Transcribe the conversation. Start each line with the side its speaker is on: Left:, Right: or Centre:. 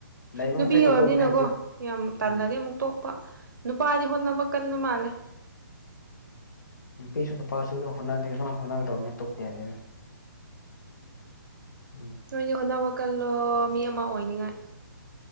Left: ꯂꯩꯕ
Right: ꯅꯨꯄꯤ
Left: ꯃꯈꯩ ꯇꯧꯗꯧꯕꯅꯦ
Right: ꯑꯣꯏꯕꯅꯤꯅꯀꯣ
Left: ꯍꯧꯖꯤꯛ
Right: ꯌꯥꯝ ꯇꯜꯂꯗꯤ
Left: ꯎꯝ
Right: ꯑꯃꯨꯛ ꯇꯣꯛꯄ ꯅꯨꯄꯥꯗꯤ ꯍꯣꯠꯅꯕ ꯀꯟꯕ ꯃꯥꯜꯂꯦ
Left: ꯅꯨꯄꯤꯁꯨ ꯅꯨꯄꯥꯁꯨ ꯑꯗꯨ ꯍꯣꯠꯅꯗꯦ ꯑꯗꯃꯥꯏ ꯍꯣꯠꯅꯒꯗꯕꯅꯤꯅ ꯇꯣꯛꯄ ꯌꯥꯗꯦꯅ <inaudible>
Right: ꯅꯣꯏꯗꯤ ꯍꯣꯠꯅꯕ ꯀꯜꯂꯣ ꯃꯤ ꯑꯃ ꯑꯣꯏꯅꯤꯡꯉꯥꯏ